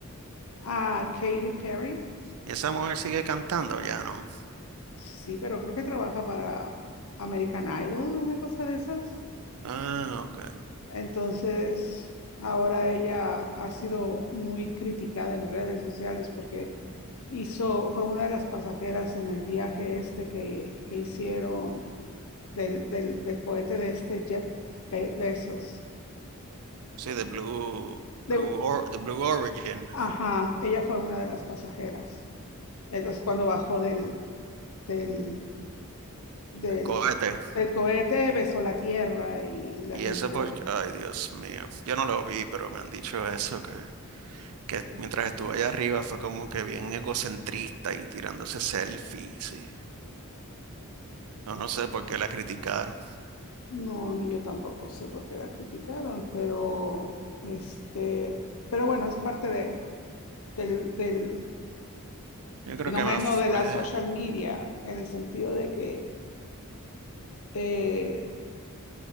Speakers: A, on the left; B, on the right.
A: a Katy Perry.
B: Y esa mujer sigue cantando, ya no.
A: Sí, pero creo que trabaja para American Idol, una cosa de esas.
B: Ah, ok.
A: Entonces, ahora ella ha sido muy criticada en redes sociales porque hizo, fue una de las pasajeras en el viaje este que, que hicieron del, del, del cohete de este Jeff Be- Bezos.
B: Sí, de Blue,
A: De-
B: Blue, Or- de Blue Origin,
A: ajá, ella fue una de las pasajeras. Entonces, cuando bajó del, del del,
B: del cohete.
A: del cohete besó la tierra y la
B: Y
A: gente,
B: ese porque, ay, Dios mío. Yo no lo vi, pero me han dicho eso, que, que mientras estuve allá arriba fue como que bien egocentrista y tirándose selfies. y- No, no sé por qué la criticaron.
A: no, ni yo tampoco sé por qué la criticaron, pero este, pero bueno, es parte de, del, del
B: Yo
A: fenómeno
B: creo que más fue,
A: de la social media, en el sentido de que eh,